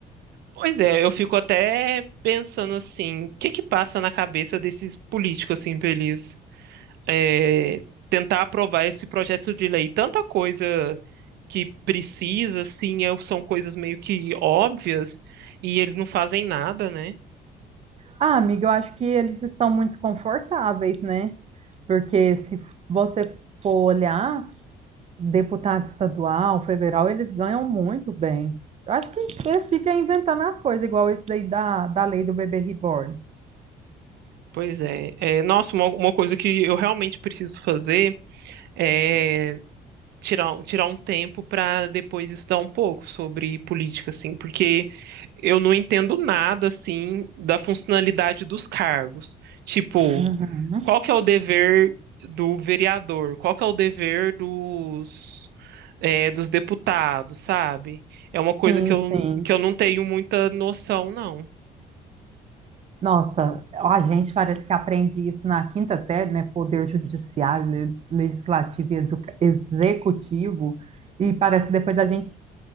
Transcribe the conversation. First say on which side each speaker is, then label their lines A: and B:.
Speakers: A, on the right (about 75°); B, on the right (about 40°).
A: Pois é, eu fico até pensando assim, o que que passa na cabeça desses políticos assim, pra eles é, tentar aprovar esse projeto de lei? Tanta coisa que precisa, assim, é- são coisas meio que óbvias e eles não fazem nada, né?
B: Ah, amiga, eu acho que eles estão muito confortáveis, né? Porque se você for olhar, deputado estadual, federal, eles ganham muito bem. Eu acho que eles ficam inventando as coisas, igual isso daí da, da lei do bebê reborn.
A: Pois é. É, nossa, uma, uma coisa que eu realmente preciso fazer é tirar, um- tirar um tempo para depois estudar um pouco sobre política, assim, porque eu não entendo nada, assim, da funcionalidade dos cargos. Tipo,
B: Uhum.
A: qual que é o dever do vereador? Qual que é o dever dos, é, dos deputados, sabe? É uma coisa
B: Sim,
A: que eu,
B: sim.
A: que eu não tenho muita noção, não.
B: Nossa, a gente parece que aprende isso na quinta série, né? Poder judiciário, le- legislativo e exu- executivo, e parece que depois a gente es-